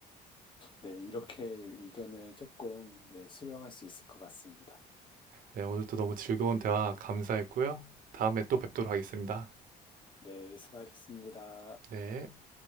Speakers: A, on the left; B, on the right.
A: 네, 이렇게 의견을 조금 네, 수렴할 수 있을 것 같습니다.
B: 네, 오늘도 너무 즐거운 대화 감사했고요. 다음에 또 뵙도록 하겠습니다.
A: 네, 수고하셨습니다.
B: 네.